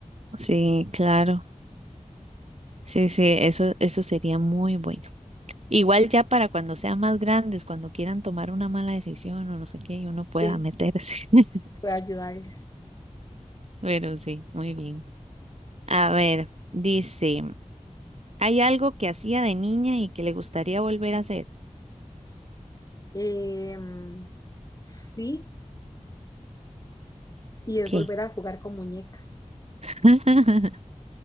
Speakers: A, on the right (about 55°); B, on the left (about 30°).
A: sí, claro. Sí, sí, eso, eso sería muy bueno. Igual ya para cuando sean más grandes, cuando quieran tomar una mala decisión o no sé qué, y uno pueda
B: Sí,
A: meterse. <laughs>
B: puedo ayudarles.
A: Pero sí, muy bien. A ver, dice, ¿hay algo que hacía de niña y que le gustaría volver a hacer?
B: Em, sí, y es
A: ¿Qué?
B: volver a jugar con muñecas.
A: <laughs>